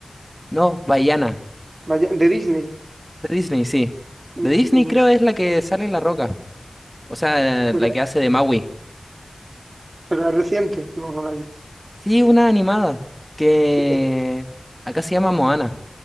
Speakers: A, in the centre; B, on the right.
A: No, Vaiana.
B: Baya- de Disney.
A: De Disney, sí.
B: Mm,
A: De Disney
B: sí, no.
A: creo es la que sale en La Roca. O sea,
B: Pero,
A: la que hace de Maui.
B: pero es reciente, no, no la he visto.
A: Sí, una animada. Que
B: sí
A: acá se llama Moana.